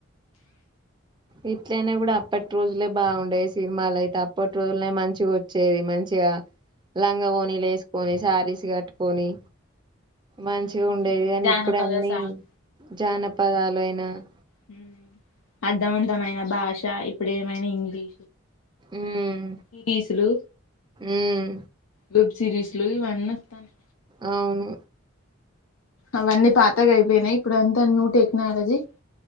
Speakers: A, on the right (about 20°); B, on the left (about 80°).
A: ఇట్లయినా కూడా అప్పటి రోజులే బాగుండేది సినిమాలయితే అప్పటి రోజులనే మంచిగొచ్చేది మంచిగా లంగా ఓని లేస్కొనే సారీస్ కట్టుకొని. మంచిగా
B: మంచి
A: ఉండేది అనీ
B: జానపద
A: ఇప్పుడే అన్ని
B: సాంగ్
A: జానపదాలు అయినాయి హు.
B: హు అర్ధవంతమైన భాష ఇప్పుడు ఏమైనా హిందీ
A: ఉమ్
B: ఇ పీసులు
A: ఉమ్
B: లు సిరీస్ లో ఇవన్నీ వొత్తనై
A: అవును
B: అవన్నీ పాతగ అయిపోయినాయి. ఇప్పుడు అంతా న్యూ టెక్నాలజీ